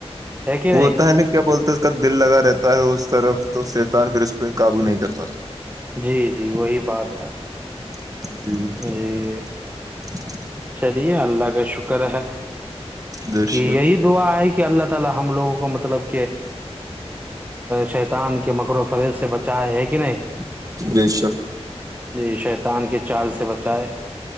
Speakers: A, on the right; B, on the right.
A: ہے کہ
B: وہتا
A: نہیں
B: ہے نا کیا بولتے اس کا دل لگا رہتا ہے اس طرف تو سیطان پھر اس پہ قابو نہیں کر پاتا
A: جی جی وہی بات ہے
B: ج <inaudible>
A: جی
B: جھ <unintelligible>
A: چلیے اللہ کا شکر ہے
B: بے
A: کہ یہی
B: شک
A: دعا ہے کہ اللہ ت ہموگوں کو مطلب شیطان کے مکر و فریب سے بچائے ہے کہ نہیں
B: بے شک
A: جی شیطان کے چال سے بچائے